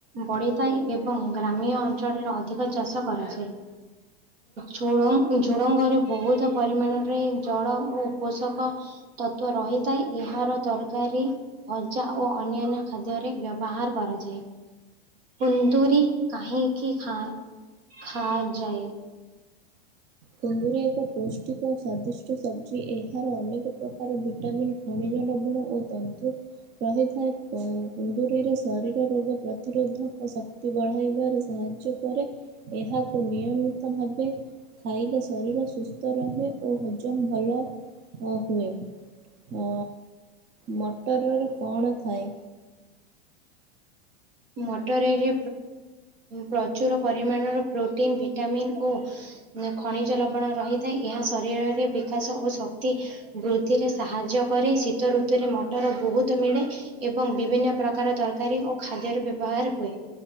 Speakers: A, on the right; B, on the right.
A: ବଢିଥାଏ ଏବଂ ଗ୍ରାମ୍ୟ ଅଞ୍ଚଳରେ ଅଧିକ ଚାଷ କରାଯାଏ। ଝୁ ଝୁଡଙ୍ଗରେ ବହୁତ ପରିମାଣରେ ଜଳ ଓ ପୋଷକ ତତ୍ଵ ରହିଥାଏ, ଏହାର ତରକାରୀ ଭଜା ଓ ଅନ୍ୟାନ୍ୟ ଖାଦ୍ୟରେ ବ୍ୟବହାର କରାଯାଏ। କୁନ୍ଦୁରି କାହିଁକି ଖାଁ ଖା ଯାଏ।
B: କୁନ୍ଦୁରି ଏକ ପୌଷ୍ଟିକ ଓ ସ୍ଵାଦିଷ୍ଟ ସବଜି ଏହାର ଅନେକ ପ୍ରକାର ଭିଟାମିନ ଖଣିଜ ଲବଣ ଓ ତନ୍ତୁ ରହିଥାଏ। କୁ କୁନ୍ଦୁରି ର ଶରୀର ରୋଗ ପ୍ରତିରୋଧକ ଶକ୍ତି ବଢ଼ାଇବାରେ ସାହାଯ୍ୟ କରେ। ଏହାକୁ ନିୟମିତ ଭାବେ ଖାଇଲେ ଶରୀର ସୁସ୍ଥ ରହେ, ଓ ହଜମ ଭଲ ଅ ହୁଏ, ଅ ମଟରରେ କଣ ଥାଏ?
A: ମଟରରେ ପ୍ରଚୁର ପରିମାଣର ପ୍ରୋଟିନ୍ ଭିଟାମିନ୍ ଓ ଖଣିଜ ଲବଣ ରହିଥାଏ, ଏହା ଶରୀରରେ ବିକାଶ ଓ ସ ବୃଦ୍ଧିରେ ସାହାଯ୍ୟ କରେ ଶୀତ ଋତୁରେ ମଟର ବହୁତ ମିଳେ ଏବଂ ବିଭିନ୍ନ ପ୍ରକାର ତରକାରୀ ଓ ଖାଦ୍ୟର ବ୍ୟବହାର ହୁଏ।